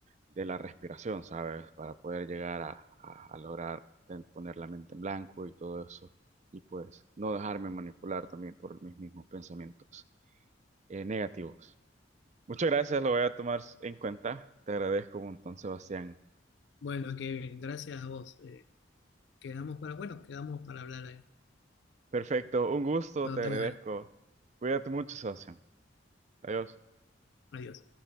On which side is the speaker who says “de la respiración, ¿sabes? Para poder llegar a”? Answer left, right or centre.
Right